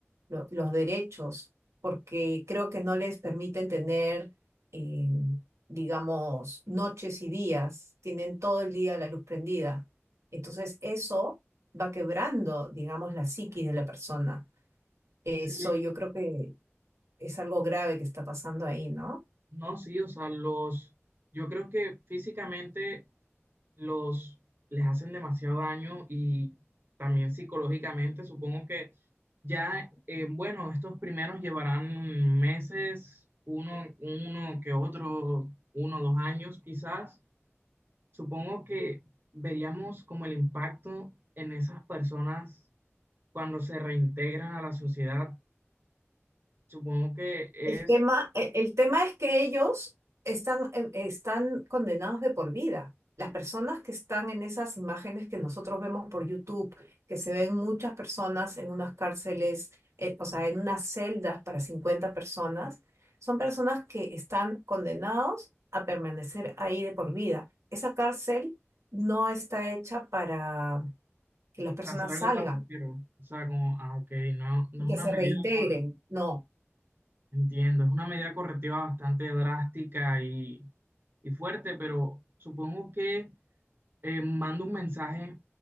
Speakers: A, on the right; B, on the right.
A: lo- los derechos, porque creo que no les permiten tener, eh, digamos, noches y días, tienen todo el día la luz prendida. Entonces, eso va quebrando, digamos, la psiquis de la persona. Eso
B: Sí,
A: yo creo que es algo grave que está pasando ahí, ¿no?
B: no, sí, o sea, los, yo creo que físicamente los les hacen demasiado daño y también psicológicamente, supongo que ya, eh, bueno, estos primeros llevarán meses, uno, uno que otro, uno, dos años quizás, Supongo que veríamos como el impacto en esas personas cuando se reintegran a la sociedad. Supongo que es
A: El tema, e- el tema es que ellos están, eh, están condenados de por vida. Las personas que están en esas imágenes que nosotros vemos por YouTube, que se ven muchas personas en unas cárceles, eh, o sea, en unas celdas para 50 personas, son personas que están condenados a permanecer ahí de por vida. Esa cárcel no está hecha para que las personas
B: para hacer algo
A: salgan
B: pasajero. O sea, como, ah, ok, no, no
A: y
B: es
A: que
B: una
A: se
B: medida,
A: reintegren,
B: corre-
A: no.
B: entiendo, es una medida correctiva bastante drástica y, y fuerte, pero supongo que eh, manda un mensaje